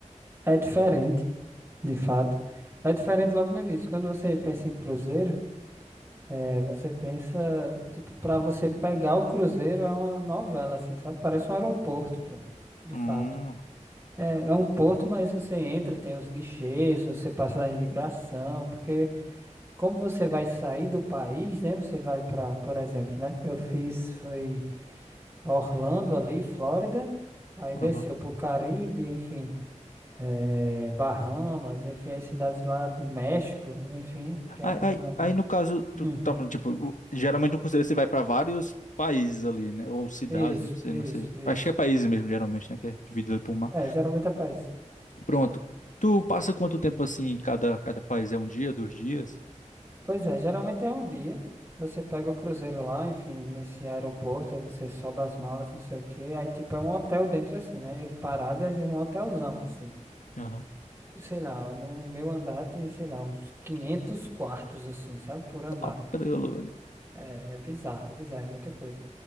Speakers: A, on the right (about 20°); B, on the left (about 80°).
A: é diferente, de fato. É diferente logo no início. Quando você pensa em cruzeiro, é, você pensa, tipo, pra você pegar o cruzeiro é uma novela, assim, sabe? Parece um aeroporto, pô. De
B: Hum,
A: fato. É, é um porto, mas você entra, tem os guichês, você passa na imigração, porque como você vai sair do país, né? Você vai pra, por exemplo, né? Eu fiz, foi. Orlando ali, Flórida, aí desceu
B: aham.
A: pro Caribe, enfim, eh, Bahamas, enfim, as cidades lá do México, enfim, que é
B: Aí,
A: uma,
B: aí,
A: uma-
B: aí, no caso,
A: Hum,
B: tu tá falando, tipo, o- geralmente no cruzeiro você vai para vários países ali, né? Ou cidades,
A: isso,
B: não sei,
A: isso,
B: não sei.
A: isso.
B: Acho que é países mesmo, geralmente, né? Que é dividido ali por mar.
A: É, geralmente é país.
B: Pronto. Tu passa quanto tempo assim em cada, cada país? É um dia, dois dias?
A: Pois é, geralmente é um dia. Você pega o cruzeiro lá, enfim, nesse aeroporto, aí você sobe as malas, não sei o quê. Aí, tipo, é um hotel dentro, assim, né? Ele parado é um hotelzão, assim.
B: Aham.
A: Sei lá, no meu andar tinha, sei lá, uns 500 quartos, assim, sabe? Por andar.
B: Tá prelo, velho.
A: É é bizarro, é bizarro, é muita coisa.